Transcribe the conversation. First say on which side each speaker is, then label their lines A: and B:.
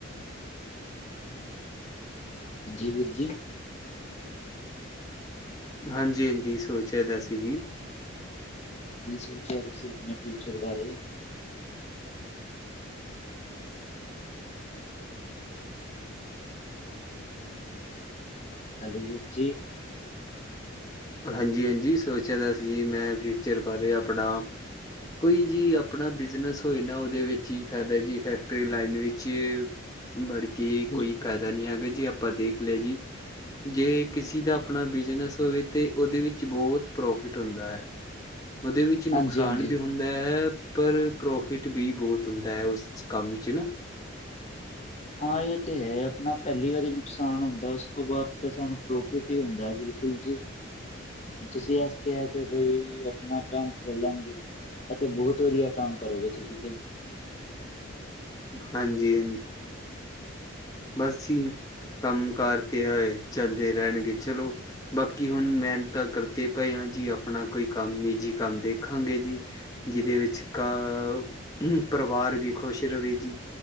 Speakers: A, on the left (about 35°); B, on the left (about 15°).
A: ਹਾਂਜੀ, ਵੀਰ ਜੀ।
B: ਹਾਂਜੀ-ਹਾਂਜੀ ਸੋਚਿਆ ਤਾਂ ਸੀ ਜੀ।
A: ਕੀ ਸੋਚਿਆ ਤੁਸੀਂ ਆਪਣੇ ਫਿਊਚਰ ਬਾਰੇ? ਹੈਲੋ, ਵੀਰ ਜੀ।
B: ਹਾਂਜੀ-ਹਾਂਜੀ ਸੋਚਿਆ ਤਾਂ ਸੀ ਮੈਂ ਫਿਊਚਰ ਬਾਰੇ ਆਪਣਾ ਕੋਈ ਜੀ ਆਪਣਾ ਬਿਜਨਸ ਹੋਏ ਨਾ ਉਹਦੇ ਵਿੱਚ ਹੀ ਫਾਇਦਾ ਜੀ ਫੈਕਟਰੀ ਲਾਈਨ ਵਿੱਚ ਬੜਕੇ
A: ਬਿਲਕੁਲ
B: ਕੋਈ ਫਾਇਦਾ ਨੀ ਹੈਗਾ ਜੀ ਆਪਾਂ ਦੇਖ ਲਏ ਜੀ ਜੇ ਕਿਸਸੀ ਦਾ ਆਪਣਾ ਬਿਜ਼ਨਸ ਹੋਵੇ ਤੇ ਉਹਦੇ ਵਿੱਚ ਬਹੁਤ ਪ੍ਰੋਫਿਟ ਹੁੰਦਾ ਏ। ਉਹਦੇ ਵਿੱਚ ਨੁਕਸਾਨ
A: ਹਾਂਜੀ ਹਾਂਜੀ
B: ਵੀ ਹ ਹੁੰਦਾ, ਪਰ ਪ੍ਰੋਫਿਟ ਵੀ ਬਹੁਤ ਹੁੰਦਾ ਹੈ ਉਸ ਕੰਮ 'ਚ ਨਾ।
A: ਹਾਂ ਇਹ ਤੇ ਹੈ ਆਪਣਾ ਪਹਿਲੀ ਵਾਰੀ ਨੁਕਸਾਨ ਹੁੰਦਾ ਉਸ ਤੋਂ ਬਾਅਦ ਤਾਂ ਸਾਨੂੰ ਪ੍ਰੋਫਿਟ ਹੀ ਹੁੰਦਾ ਹੈ ਬਿਲਕੁਲ ਜੀ।
B: <inaudible>
A: ਤੁਸੀਂ ਐਸ ਕਿਹਾ ਤੇ ਬਈ ਆਪਣਾ ਕੰਮ ਖੋਲਾਂ ਗਏ। ਅਤੇ ਬਹੁਤ ਵਧੀਆ ਕੰਮ ਕਰੋਗੇ ਤੁਸੀਂ ਤੇ
B: ਹਾਂਜੀ-ਹਾਂਜੀ ਬਸ ਜੀ। ਕੰਮ-ਕਾਰ ਤੇ ਐ ਚਲਦੇ ਰਹਿਣਗੇ ਚਲੋ। ਬਾਕੀ ਹੁਣ ਮਿਹਨਤ ਕਰਦੇ ਪਏ ਹਾਂ ਜੀ ਆਪਣਾ ਕੋਈ ਕੰਮ ਨਿੱਜੀ ਕੰਮ ਦੇਖਾਂਗੇ ਜੀ। ਜਿਹਦੇ ਵਿੱਚ ਵਿਚ ਕਾਅ ਪਰਿਵਾਰ ਵੀ ਖੁਸ਼ ਰਵੇ ਜੀ